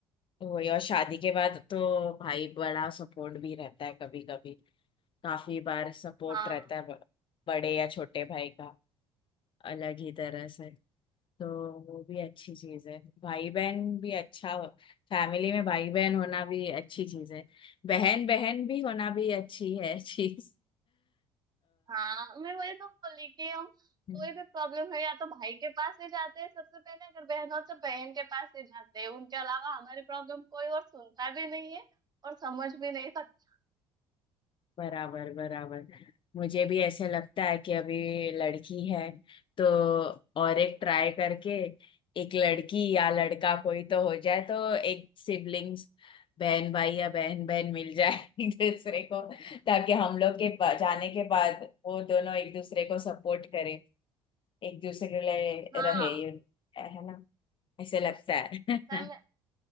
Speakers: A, on the left; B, on the right.
A: वही और शादी के बाद तो भाई बड़ा सपोर्ट भी रहता है कभी कभी काफी बार सपोर्ट
B: हाँ
A: रहता है ब- बड़े या छोटे भाई का अलग ही तरह से तो वो भी अच्छी चीज है भाई बहन भी अच्छा फैमिली में भाई बहन होना भी अच्छी चीज है बहन बहन भी होना भी अच्छी है <laughs> चीज
B: हाँ मैं वही तो बोली कि हम
A: अ,
B: कोई भी प्रॉब्लम है या तो भाई के पास ही जाते हैं सबसे पहले अगर बहन हो तो बहन के पास ही जाते हैं उनके अलावा हमारी प्रॉब्लम कोई और सुनता भी नहीं है और समझ भी नहीं सकता
A: बराबर बराबर मुझे भी ऐसे लगता है कि अभी लड़की है तो और एक ट्राई करके एक लड़की या लड़का कोई तो हो जाए तो एक सिबलिंग्स बहन भाई या बहन बहन मिल जाए <laughs> एक दूसरे को ताकि हम लोग के पा- जाने के बाद वो दोनों एक दूसरे को सपोर्ट करें एक दूसरे के लिए
B: हाँ
A: रहे ये है ना ऐसे लगता है
B: मैं-